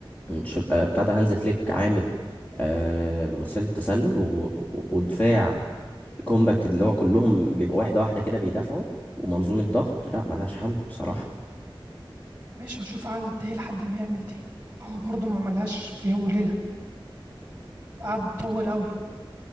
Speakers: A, on the left (about 15°); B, on the right (about 15°).
A: انش- آه، بتاع ده هانز فليك عامل آه، مصيدة التسلل و- و- ودفاع كومباكت اللي هو كلهم بيبقوا واحدة واحدة كده بيدافعوا ومنظومة ضغط لا ملهاش حل بصراحة
B: ماشي هشوف قعد قد ايه لحد ما يعمل دي هو برضه ما عملهاش في يوم وليلة قعد طول قوي